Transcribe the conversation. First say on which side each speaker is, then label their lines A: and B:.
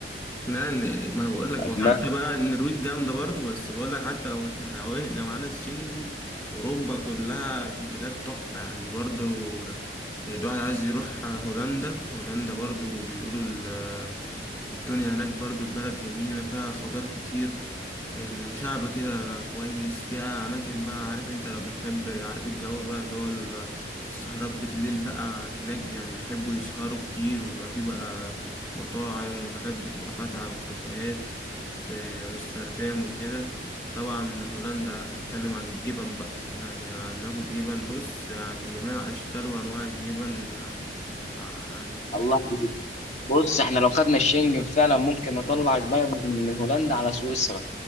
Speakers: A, on the left (about 20°); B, on the left (about 40°).
A: لا إن- ما انا بقول لك
B: اتمنى
A: وحتى بقى النرويج جامده برضو بس بقول لك حتى لو احنا روقنا معانا الشنجن اوروبا كلها بلاد تحفه يعني برضو الواحد عايز يروح هولندا هولندا برضو بيقولوا ال- الدنيا هناك برضو البلد جميله فيها خضار كتير الشعب كده كويس فيها اماكن بقى عارف انت لو بنحب عارف الجو بقى اللي هو ال- السهرات بالليل بقى هناك يعني بيحبوا يسهروا كتير وبيبقى فيه بقى مطاعم وحاجات بتبقى فاتحة وكافيهات في أمستردام وكده طبعا هولندا هنتكلم عن الجبن بقى يعني هناكل جبن بص يعني جميع أشكال وأنواع الجبن يعني عن-
B: الله بص احنا لو خدنا الشنجن فعلا ممكن نطلع البلد من هولندا على سويسرا